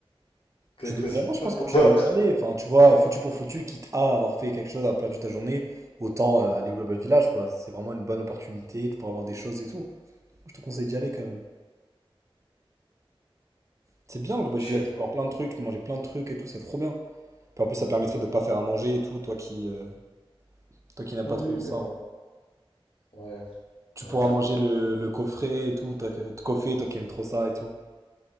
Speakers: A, on the left (about 75°); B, on the right (about 30°).
A: que,
B: Tu
A: que
B: devrais,
A: cela
B: moi je pense que tu
A: donne.
B: devrais aller. Enfin, tu vois, foutu pour foutu, quitte à avoir fait quelque chose à perdre ta journée, autant euh, aller au Global Village, quoi. C'est vraiment une bonne opportunité pour avoir des choses et tout. Moi, je te conseille d'y aller quand même. C'est bien le Global
A: Je
B: Village,
A: sais pas.
B: tu peux voir plein de trucs, tu peux manger plein de trucs et tout, c'est trop bien. Puis en plus, ça te permettrait de pas faire à manger et tout, toi qui, euh, toi qui n'aimes
A: Oui,
B: pas trop ça.
A: mais bon. Ouais,
B: Tu
A: ouais,
B: pourras
A: je
B: manger
A: sais pas.
B: le, le coffret et tout, toi, que- le coffret, toi qui aimes trop ça et tout.